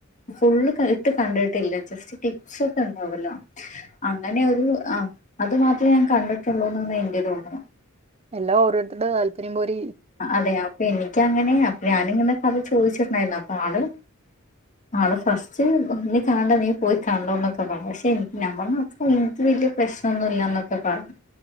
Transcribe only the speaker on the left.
ഫുള്ള് ക ഇട്ട് കണ്ടിട്ടില്ല ജസ്റ്റ് പിക്സോക്കെ ഇണ്ടാവല്ലോ. അങ്ങനെ ഒരു ആഹ് അത് മാത്രേ ഞാൻ കണ്ടിട്ടുള്ളൂന്നാണ് എന്റെരോർമ്മ.
അതെ. അപ്പെനിക്കങ്ങനെ അപ്പെ ഞാനിങ്ങനെ കഥ ചോദിച്ചിട്ടുണ്ടായിരുന്നു. അപ്പൊ ആള് ആള് ഫസ്റ്റ് നീ കാണണ്ട നീ പോയി കണ്ടോന്നൊക്കെ പറഞ്ഞ് പക്ഷെ എനിക്ക് ഞാ പറഞ്ഞു അപ്പോ ത് വലിയ പ്രശ്നൊന്നുല്ലാന്നൊക്കെ പറഞ്ഞു.